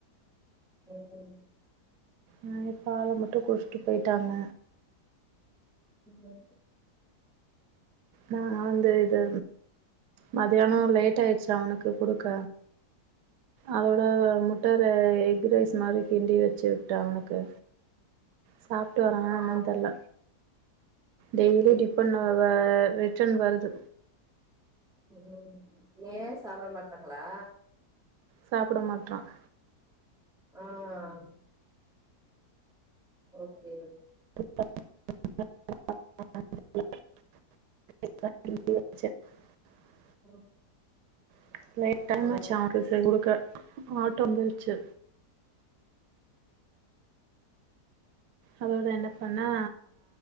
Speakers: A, in the centre; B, on the right.
A: உம்ம்
B: ஆஹ் பால மட்டும் குடிச்சுட்டு போயிட்டாங்க
A: ம்
B: நா வந்து இது மத்தியானோ லேட் ஆயிடுச்சு அவனுக்கு குடுக்க அதோட முட்டார எக் ரைஸ் மாரி கிண்டி வச்சு விட்டே அவனுக்கு சாப்ட்டு வரணா
A: ஆ
B: என்னன்னு தெர்ல டெய்லி
A: ஓகே
B: டிப்பண்ட
A: ஓகே
B: ரிட்டன் வருது
A: உம் ஏன் சாப்ட மாட்டறங்களா
B: சாப்ட மாட்டறான்
A: ஆஹ் ஓகே
B: <inaudible>
A: <inaudible>
B: <inaudible>
A: ஆ
B: குடுக்க ஆ ஆட்டோ வந்துருச்சு அதோட என்ன பண்ணே